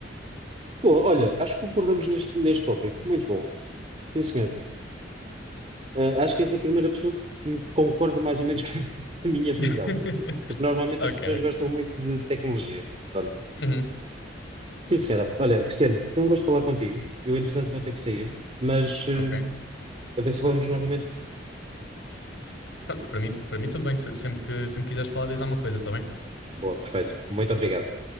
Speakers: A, on the right; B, on the left.
A: Boa, olha, acho que concordamos neste, neste tópico. Muito bom. Sim, senhor. Uh, acho que és a primeira pessoa que me concorda mais ou menos <laughs> com a minha visão.
B: <laughs>
A: Porque normalmente
B: Ok.
A: as pessoas gostam muito de tecnologia. Pronto.
B: Uhum.
A: Sim, senhora. Olha, Cristiano, foi um gosto falar contigo. Eu, entretanto, vou ter que sair, mas hum,
B: Ok.
A: A ver se falamos novamente.
B: Pronto, para mim, para mim tudo bem. Se- Sempre que, sempre quiseres falar, diz alguma coisa, tá bem?
A: Boa, perfeito. Muito obrigado.